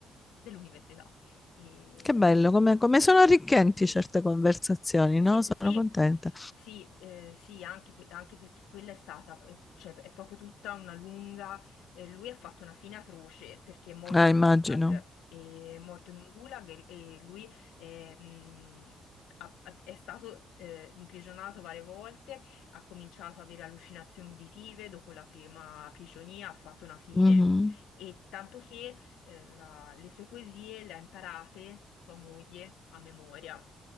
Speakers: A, on the left; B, on the left.
A: dell'università. E...
B: Che bello, come, come sono arricchenti certe conversazioni,
A: Sì,
B: no? Sono
A: sì,
B: contenta.
A: sì, eh, sì, anche, per- anche perché quella è stata, eh, cioè, è proprio tutta una lunga, eh, lui ha fatto una fine atroce perché è morto
B: Ah,
A: in
B: immagino.
A: un gulag, eh, è morto in un gulag e, e lui eh, mh, ha- ha- è stato eh, imprigionato varie volte, ha cominciato ad avere allucinazioni uditive, dopo la prima prigionia ha fatto una fine
B: Mhm.
A: e tanto che eh, la- le sue poesie le ha imparate sua moglie a memoria